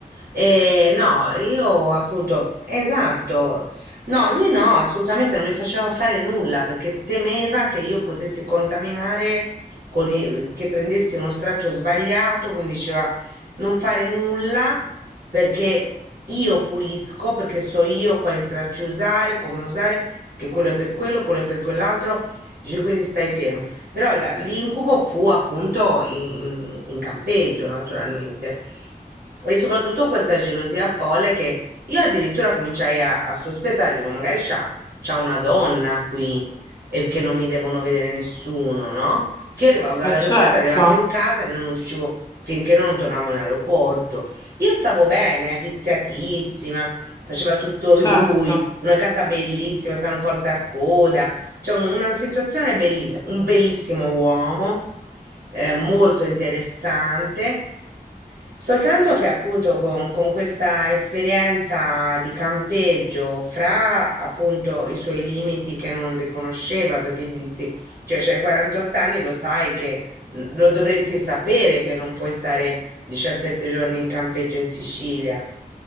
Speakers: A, on the right; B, on the left.
A: Eh, no, io appunto, esatto, no, lui no, assolutamente non mi faceva fare nulla perché temeva che io potessi contaminare, con i- che prendessi uno straccio sbagliato, quindi diceva non fare nulla perché io pulisco, perché so io quali stracci usare, come usare, che quello è per quello, quello è per quell'altro, dice quindi stai fermo. Però la- l'incubo fu appunto in in campeggio, naturalmente e soprattutto questa gelosia folle che io addirittura cominciai a, a sospettare, dico, magari c'ha, c'ha una donna qui e che non mi devono vedere nessuno, no? Che io arrivavo dall'aeroporto,
B: Eh certo,
A: arrivavo in casa e non uscivo finché non tornavo in aeroporto. Io stavo bene, viziatissima, faceva tutto lui,
B: certo.
A: una casa bellissima, pianoforte a coda, cioè una situazione bellissima, un bellissimo uomo, eh, molto interessante Soltanto che appunto con, con questa esperienza di campeggio, fra appunto i suoi limiti che non riconosceva, perché gli dissi, cioè c'hai 48 anni, lo sai che mm, lo dovresti sapere che non puoi stare 17 giorni in campeggio in Sicilia,